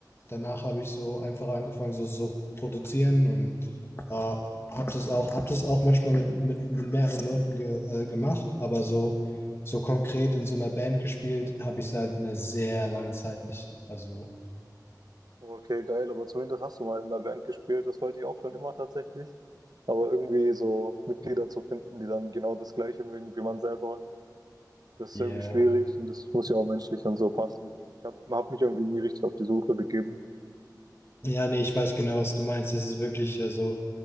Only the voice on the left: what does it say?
danach habe ich so einfach angefangen, so so produzieren und äh, habe das auch, hab das auch manchmal mit, mit, mit mehreren Leuten ge, äh, gemacht, aber so, so konkret in so einer Band gespielt, habe ich seit einer sehr langen Zeit nicht. Also,
yeah.
Ja, nee, ich weiß genau, was du meinst. Das ist wirklich äh, so.